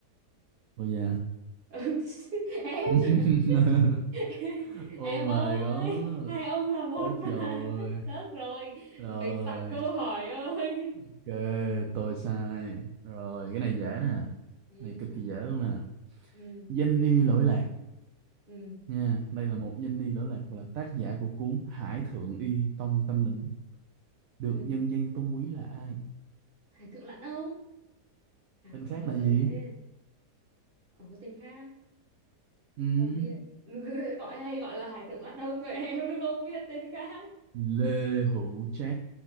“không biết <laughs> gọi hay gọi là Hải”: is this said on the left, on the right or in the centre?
Right